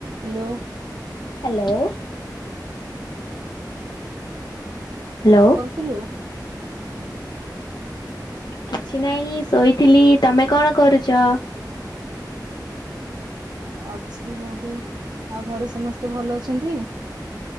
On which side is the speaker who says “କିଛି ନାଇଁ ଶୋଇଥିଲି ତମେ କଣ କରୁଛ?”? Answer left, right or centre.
Left